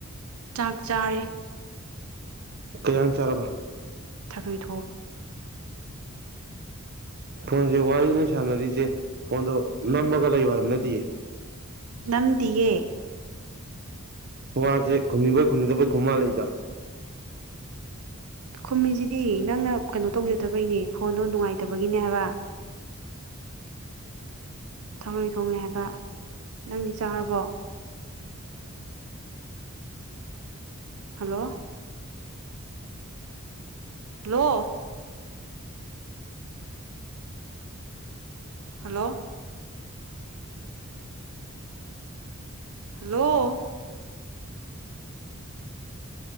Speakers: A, on the right; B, on the right.
A: ꯆꯥꯛ ꯆꯥꯔꯦ
B: ꯀꯌꯥ <unintelligible> ꯆꯥꯔꯕ
A: ꯊꯔꯣꯏ ꯊꯣꯡ
B: ꯐꯣꯟꯁꯦ ꯋꯥꯔꯤꯅꯤ ꯁꯥꯟꯅꯔꯤꯁꯦ ꯐꯣꯟꯗꯣ ꯅꯝꯃꯒ ꯂꯩꯌꯨ ꯍꯥꯏꯕ ꯅꯠꯇꯦꯌꯦ
A: ꯅꯝꯗꯤꯑꯦ
B: ꯋꯥꯁꯦ ꯈꯨꯝꯅꯤꯕꯣꯏ ꯈꯨꯝꯅꯤꯗꯕꯣꯏ ꯈꯨꯝꯃꯜ ꯂꯩꯗ
A: ꯈꯨꯝꯃꯤꯁꯤꯗꯤ ꯅꯪꯅ ꯀꯩꯅꯣ ꯇꯧꯖꯗꯕꯩꯅꯦ ꯐꯣꯟꯗꯣ ꯅꯨꯡꯉꯥꯏꯇꯕꯒꯤꯅꯦ ꯍꯥꯏꯕ ꯊꯔꯣꯏ ꯊꯣꯡꯉꯦ ꯍꯥꯏꯕ ꯅꯪꯗꯤ ꯆꯥꯔꯕꯣ hello hello hello hello